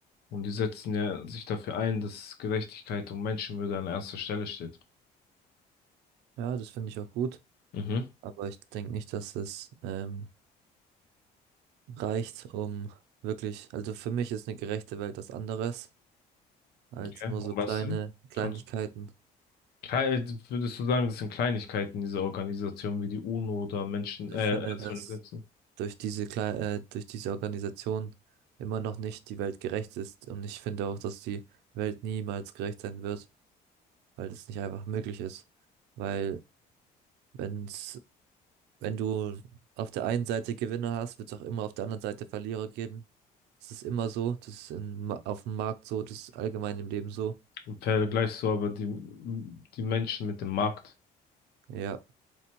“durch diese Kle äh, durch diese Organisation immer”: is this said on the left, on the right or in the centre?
Right